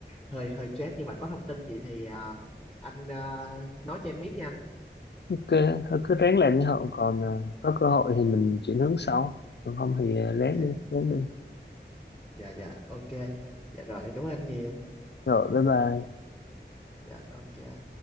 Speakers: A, in the centre; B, on the left (about 65°).
A: hơi hơi stress nhưng mà có thông tin gì thì à, anh à, nói cho em biết nha anh.
B: cứ thôi cứ ráng làm như hậu còn à, có cơ hội thì mình chuyển hướng sau còn không thì à, ráng
A: Dạ
B: đi ráng đi
A: dạ dạ ok. Dạ rồi em cảm ơn anh nhiều.
B: rồi bye bye
A: Dạ ok.